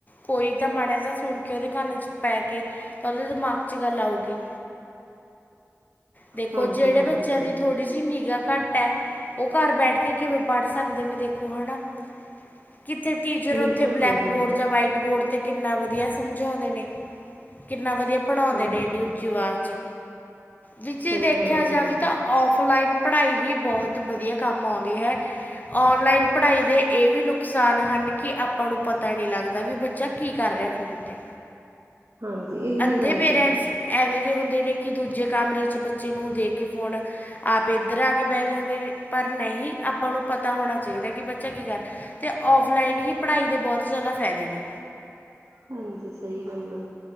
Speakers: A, on the left; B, on the right.
A: ਕੋਈ ਤਾਂ ਮਾੜਾ ਜਿਹਾ ਸੁਣ ਕੇ ਉਹਦੇ ਕੰਨ 'ਚ ਪੈ ਕੇ ਤਾਂ ਉਹਦੇ ਦਿਮਾਗ <unintelligible> ਲਾਉਗੀ ਦੇਖੋ
B: ਹਾਂਜੀ
A: ਜਿਹੜੇ
B: ਹਾਂਜੀ
A: ਬੱਚਿਆਂ
B: ਸਹੀ
A: ਦੀ
B: ਗੱਲ
A: ਥੋੜ੍ਹੀ ਜਹੀ ਨਿਗਾਾ ਘੱਟ ਹੈ ਉਹ ਘਰ ਬੈਠ ਕੇ ਕਿਵੇਂ ਪੜ੍ਹ ਸਕਦੇ ਨੇ ਦੇਖੋ ਹੈ ਨਾ ਕਿਥੇ ਟੀਚਰ
B: ਬਿਲਕੁਲ
A: ਉਥੇ ਬਲੈਕ
B: ਸਹੀ ਗੱਲ
A: ਬੋਰਡ ਜਾਂ ਵਾਈਟ ਬੋਰਡ ਤੇ ਕਿੰਨਾ ਵਧੀਆ ਸਮਝਾਉਂਦੇ ਨੇ ਕਿੰਨਾ ਵਧੀਆ ਪੜ੍ਹਉਂਦੇ
B: ਹਾਂਜੀ
A: ਨੇ ਇੰਨੀ ਉੱਚੀ ਅਵਾਜ਼'ਚ ਵੀ ਜੇ
B: ਸਹੀ
A: ਦੇਖਿਆ
B: ਗੱਲ ਆ
A: ਜਾਵੇ
B: ਤੁਹਾਡੀ
A: ਤਾਂ ਔਫਲਾਈਨ ਪੜ੍ਹਾਈ ਹੀ ਬਹੁਤ ਵਧੀਆ ਕੰਮ ਆਉਂਦੀ ਹੈ ਔਨਲਾਈਨ ਪੜ੍ਹਾਈ ਦੇ ਇਹ ਵੀ ਨੁਕ ਨੁਕਸਾਨ ਹਨ ਕਿ ਆਪਾਂ ਨੂੰ ਪਤਾ ਨਹੀਂ ਲੱਗਦਾ ਵੀ ਬੱਚਾ ਕੀ ਕਰ ਰਿਹਾ ਫੋਨ 'ਤੇ
B: ਹਾਂਜੀ ਇਹ ਵੀ
A: ਅੱਧੇ
B: ਗੱਲ
A: ਪੇਰੈਂਟਸ
B: ਆ
A: ਐਵੇਂ ਦੇ ਹੁੰਦੇ ਨੇ ਕਿ ਦੂਜੇ ਕਮਰੇ 'ਚ ਬੱਚੇ ਨੂੰ ਦੇ ਕੇ ਫੋਨ ਆਪ ਇੱਧਰ ਆ ਕੇ ਬਹਿ ਜਾਂਦੇ ਨੇ ਪਰ ਨਹੀਂ ਆਪਾਂ ਨੂੰ ਪਤਾ ਹੋਣਾ ਚਾਹੀਦਾ ਕਿ ਬੱਚਾ ਕੀ ਕਰ ਅਤੇ ਔਫਲਾਈਨ ਹੀ ਪੜ੍ਹਾਈ ਦੇ ਬਹੁਤ ਜ਼ਿਆਦਾ ਫ਼ਾਇਦੇ ਨੇ
B: ਹਾਂਜੀ ਸਹੀ ਗੱਲ ਆ